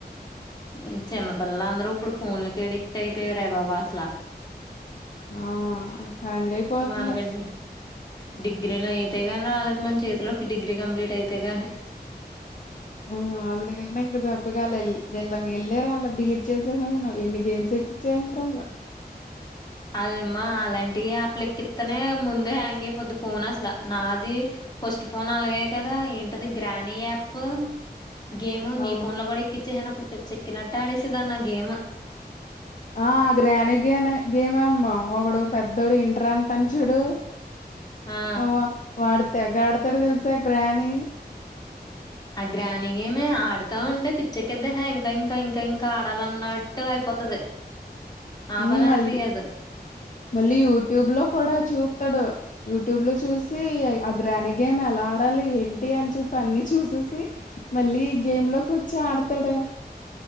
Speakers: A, on the left; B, on the left.
A: ఈ చిన్నపిల్లలందరూ ఉప్పుడు ఫోన్లకి ఎడిక్ట్ అయిపోయారే బాబూ అసలా.
B: ఆ హ్యాంగ్ అయిపోతుంది
A: <unintelligible> డిగ్రీలోయే <unintelligible> ఆళ్లకుమన్ చేతిలోకి డిగ్రీ కంప్లీట్ అయితే గాని
B: ఆ అందుకనే ఇంక దెబ్బకాల్లేల్ ఇలా గెళ్ళారు అలా డిలీట్ చేసేసా నేను ఎన్ని గేమ్స్ ఎక్కిచారో.
A: అల్మా అలాం టి యాప్లెక్కిత్తనే ముందే హ్యాంగ్ అయిపోద్ది ఫోన్ అస్ల నాదీ ఫస్ట్ ఫోన్ అలగయ్యే కదా. ఆ ఏంటది గ్రానీ యాప్పూ. గేమూ
B: ఆ
A: నీ ఫోన్ లో కూడా ఎక్కిచేహానప్పుడు పిచ్చేక్కినట్టాడేసేదాన్నా గేము.
B: ఆ గ్రానీగినే గేమే అమ్మా వొకడు పెద్దోడు ఇంటర్ అంటన్ చూడూ
A: ఆ
B: అవ్వ వాడు తెగాడుతాడు తెలుసా గ్రానీ.
A: అ గ్రాని గేమ్ ఆడ్ తా ఉంటే పిచ్చేక్కేదెహే ఇంకా ఇంకా ఇంకా ఇంకా ఆడాలన్నట్టు అయిపోతది. ఆపాలనిపియ్యదు
B: మ్మ్ మళ్ మళ్ళీ యూట్యూబ్ లో కూడా చూ తడు యూట్యూబ్ లో చూసీ ఆ గ్రాని గేమ్ ఎలా ఆడాలి ఏంటి అని చెప్పన్నీ చూస్ సి మళ్ళీ గేమ్ లోకొచ్చి ఆడుతడే.